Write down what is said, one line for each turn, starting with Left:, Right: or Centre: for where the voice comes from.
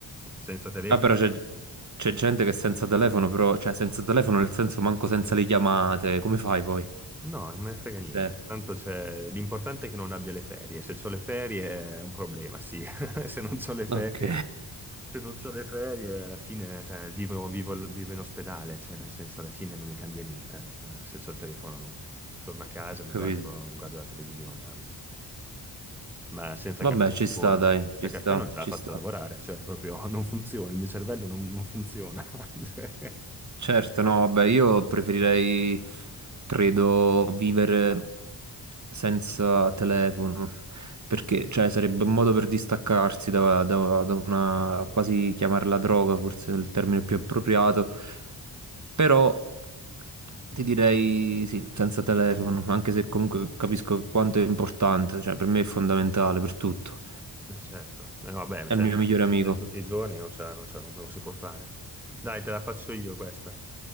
Centre: senza telefono
Right: Ah, però c'è c'è gente che è senza telefono, però, cioè senza telefono nel senso manco senza le chiamate, come fai poi?
Centre: No, non me ne frega niente.
Right: Cioè,
Centre: Tanto c'è l'importante è che non abbia le ferie. Se ho le ferie è un problema, sì. <laughs> Se non ho le ferie,
Right: ok,
Centre: se non c'ho le ferie, alla fine, cioè, vivo, vivo- vivo in ospedale, cioè, nel senso, alla fine non mi cambia niente. Eh, se ho il telefono, no. Torno a casa,
Right: <laughs> ho
Centre: mi
Right: capito.
Centre: guardo, mi guardo la televisione, amen. Ma senza
Right: Vabbè,
Centre: caffè non
Right: ci sta,
Centre: lavoro.
Right: dai,
Centre: Senza
Right: ci
Centre: caffè
Right: sta,
Centre: non ce
Right: ci
Centre: la faccio
Right: sta.
Centre: lavorare, cioè, proprio <laughs> non funziona, il mio cervello non, non funziona. <laughs> Cioè,
Right: Certo, no, vabbè, io preferirei, credo, vivere senza telefono, perché, cioè, sarebbe un modo per distaccarsi da, da- da una, quasi chiamarla droga, forse è il termine più appropriato, però ti direi sì, senza telefono, anche se comunque capisco quanto è importante, cioè, per me è fondamentale per tutto,
Centre: Eh, certo, Eh, no, vabbè,
Right: è
Centre: cioè,
Right: il mio
Centre: nella
Right: migliore
Centre: vita
Right: amico,
Centre: di tutti i giorni non c'è, non c'è, non, non si può fare. Dai, te la faccio io questa.